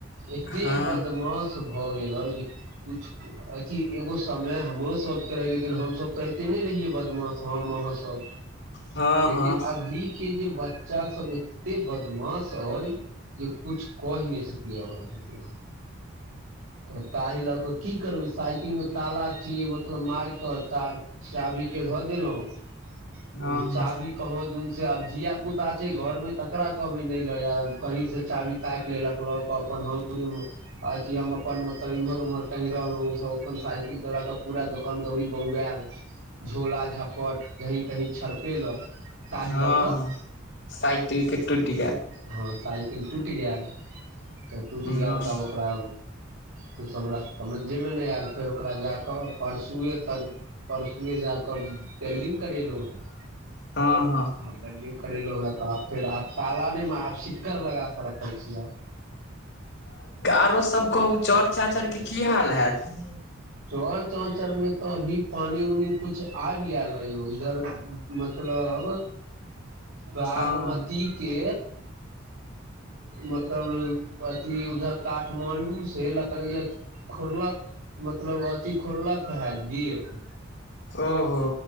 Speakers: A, on the right; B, on the left.
A: एते
B: हँ
A: बदमाश भऽ गेल ह जे कछ अथी एगो समय हमरो सभके रहै लेकिन हमसभ तऽ एते नहि रहियै। बदमाश हम अहाँ सभ
B: हँ हँ
A: लेकिन अभी के जे बच्चा सभ एते बदमाश हय। जे कुछ कही नऽ सकलियै ओकरा सब
B: <inaudible>
A: तऽ ताहि लऽ कऽ की करबै साइकिल में ताला छिये। मतलब मार कऽ चा चाभी के धऽ देलहुं
B: हँ
A: ओ चाभी
B: हँ
A: कहाँ दून से आब धिया पुता छै। घर मऽ तऽ करा कहबै नहि ल कहीं से चाभी ताकि लेलक ल अपन हम अथी हम अपन मतलब इम्हर उम्हर कहि रहल सब अपन साइकिल चलााक पूरा दुोकान दौरीी बौआल झोला झपट कहीं कहीं छरपेलक ताहि
B: हँ
A: लऽ कऽ
B: हँ सइकिल के टूटि गेल।
A: हँ साइकिल टूटि गेलय तऽ टूटि गेल
B: हँ
A: तब ओकरा किछु हमरा समझेमे नहि आयल फेर ओकरा जा कऽ परसुए त परसुए जा कऽ ओकर वेल्डिंग करेलहुं हेँ
B: हँ हँ
A: आ बडिंग करेलो हैं तऽ फर तालान मे सिक्करर लगााक रखल छियै।
B: आरो सब कहू चर चाचरके की हाल हयैत।
A: चर चाँचर में तऽ अभी पानि उनी कुछ आबि गेल। ह यौ इधर मतलब बागमती
B: हँ
A: के मतलब अथी उधर काठमाण्डू सऽ लगै या खर्ला मतलब अथी खोललक है। गेट
B: ओहो